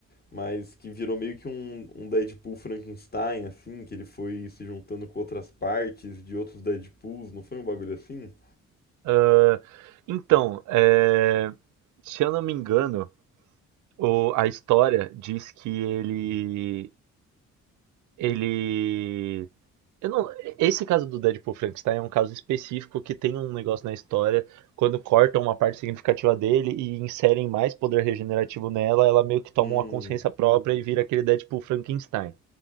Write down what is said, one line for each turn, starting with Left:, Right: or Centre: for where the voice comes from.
Left: mas que virou meio que um, um Deadpool Frankenstein, assim, que ele foi se juntando com outras partes de outros Deadpools, não foi um bagulho assim?
Right: ah, então, é, se eu não me engano, o- a história diz que ele. Ele. Eu não, esse caso do Deadpool Frankenstein é um caso específico que tem um negócio na história, quando cortam uma parte significativa dele e inserem mais poder regenerativo nela, ela meio que toma
Left: Hum,
Right: uma consciência própria e vira aquele Deadpool Frankenstein.